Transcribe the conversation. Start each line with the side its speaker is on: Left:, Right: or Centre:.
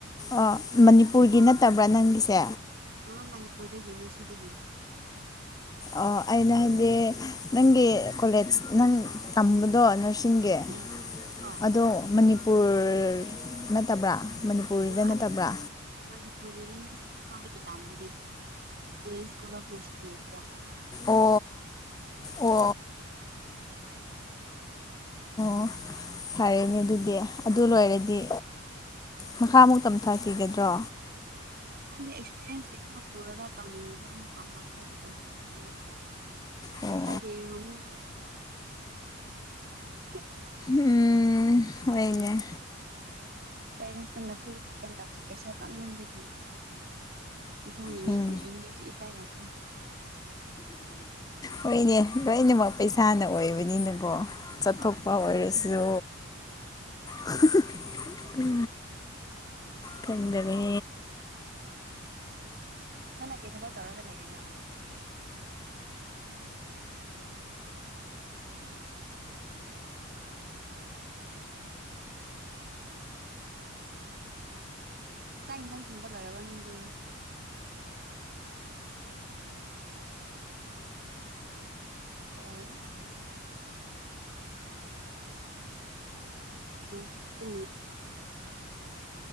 Left: ꯑꯣ ꯃꯅꯤꯄꯨꯔꯒꯤ ꯅꯠꯇꯕ꯭ꯔꯥ ꯅꯪꯒꯤꯁꯦ
Right: ꯑ ꯃꯅꯤꯄꯨꯔꯗꯒꯤꯅꯦ ꯁꯤꯗꯒꯤꯅꯦ
Left: ꯑꯣ ꯑꯩꯅ ꯍꯥꯏꯗꯤ ꯅꯪꯒꯤ ꯀꯣꯂꯦꯖ ꯅꯪ ꯇꯝꯕꯗꯣ ꯅꯔꯁ ꯁꯤꯡꯒꯤ
Right: ꯎꯝ ꯍꯣꯏ
Left: ꯑꯗꯣ ꯃꯅꯤꯄꯨꯔ ꯅꯠꯇꯕ꯭ꯔꯥ ꯃꯅꯤꯄꯨꯔꯗ
Right: ꯉꯑꯁ
Left: ꯅꯠꯇꯕ꯭ꯔꯥ
Right: ꯃꯅꯤꯄꯨꯔꯒꯤꯅꯦ ꯑꯩꯅ ꯁꯤ ꯐꯥꯎꯗꯒꯤ ꯇꯝꯕꯅꯦ ꯗꯦ ꯏꯁꯀꯣꯂꯔ ꯈꯣꯢꯁꯨ ꯂꯩꯕꯗꯣ
Left: ꯑꯣ ꯑꯣ
Right: <inaudible>
Left: ꯑꯣ ꯐꯌꯦꯅꯦ ꯑꯗꯨꯗꯤ ꯑꯗꯨ ꯂꯣꯏꯔꯗꯤ ꯃꯈꯥ ꯑꯃꯨꯛ ꯇꯝꯊꯥꯈꯤꯒꯗ꯭ꯔꯣ
Right: ꯈꯪꯗꯦ ꯑꯦꯛꯁꯄꯤꯔꯤꯌꯦꯟꯁꯀꯤ ꯈꯔ ꯄꯨꯔꯒ ꯇꯧꯅꯤꯡꯉꯦꯗꯤ ꯑꯃꯨꯛꯀ ꯃꯥꯁꯇꯔꯁ ꯇꯝꯊꯅꯤꯡꯉꯦ ꯄꯩꯁꯥꯒꯤ
Left: ꯑꯣ
Right: ꯃꯑꯣꯟꯗ ꯂꯩꯌꯦ ꯆꯠ
Left: ꯎꯝ ꯍꯣꯏꯅꯦ
Right: ꯀꯩꯅꯣ ꯁꯥꯟꯅꯐꯨꯜ ꯑꯦꯝ ꯇꯧꯕꯁꯦ ꯄꯩꯁꯥ ꯀꯥꯟꯃꯟꯕꯒꯤ ꯄꯩꯁꯥ ꯅꯤꯉꯥꯏ
Left: ꯎꯝ
Right: ꯅꯤꯅꯤꯉꯥꯏꯁꯨ ꯏꯀꯥꯏ ꯔꯛꯈ꯭ꯔꯦ
Left: ꯍꯣꯏꯅꯦ ꯂꯣꯏꯅꯃꯛ ꯄꯩꯁꯥꯅ ꯑꯣꯏꯕ ꯅꯤꯅꯀꯣ ꯆꯠꯊꯣꯛꯄ
Right: ꯍꯣꯏ
Left: ꯑꯣꯏꯔꯦ ꯁꯣ ꯍ ꯍ ꯍ ꯈꯪꯗꯔꯦ
Right: ꯅꯪꯅ ꯀꯩ ꯊꯕꯛ ꯇꯧꯔꯒ ꯂꯩꯔꯤꯅꯣ <inaudible> ꯆꯥꯛ ꯏꯟꯁꯥꯡ ꯊꯣꯡꯕ ꯂꯣꯏꯔꯕ ꯅꯪꯗꯤ ꯂꯩ <unintelligible>